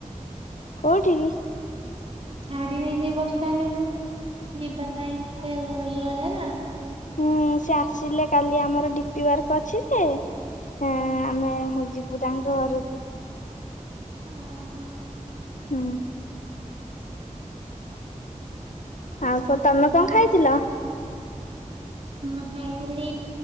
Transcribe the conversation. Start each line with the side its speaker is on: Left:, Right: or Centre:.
Left: କୋଉଠି କି
Right: ଛାଡି ନେଇଛି ବସଷ୍ଟାଣ୍ଡକୁୁ ଯିବା ପାଇଁ ସେ ଘରକୁ ଗଲେ ନା
Left: ହୁଁ ସେ ଆସିଲେ କାଲି ଆମର ଡିପି ୱାର୍କ ଅଛି ସେ ହଁ ଆମେ ହ ଯିବୁ ତାଙ୍କ ଘରକୁ
Right: ଓ ହୋ
Left: <inaudible> ଆଉ କଣ ତମେ କଣ ଖାଇଥିଲ
Right: ମୁଁ ଖାଇଥିଲି